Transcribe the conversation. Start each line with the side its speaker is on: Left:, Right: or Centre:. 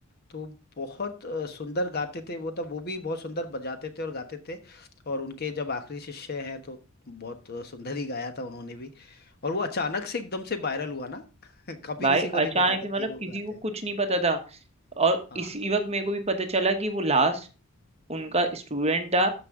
Left: तो बहुत अ, सुंदर गाते थे वो तब वो भी बहुत सुंदर बजाते थे और गाते थे और उनके जब आखिरी शिष्य हैं तो बहुत अ, सुंदर ही गाया था उन्होंने भी और वो अचानक से एकदम से वायरल हुआ ना <laughs> कभी
Right: भाई
Left: किसी को नहीं
Right: अचानक
Left: पता था
Right: से मतलब
Left: कि वो
Right: किसी
Left: गाते
Right: को
Left: हैं
Right: कुछ नहीं पता था और
Left: हाँ
Right: इसी वक्त मेरे को भी पता चला कि वो लास्ट उनका स्टूडेंट था